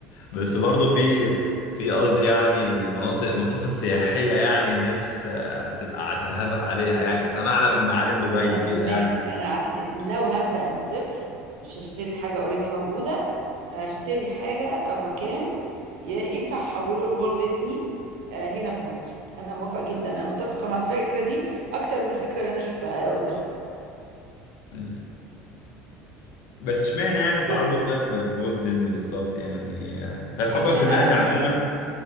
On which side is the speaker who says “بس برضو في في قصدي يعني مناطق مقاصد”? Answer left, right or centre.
Left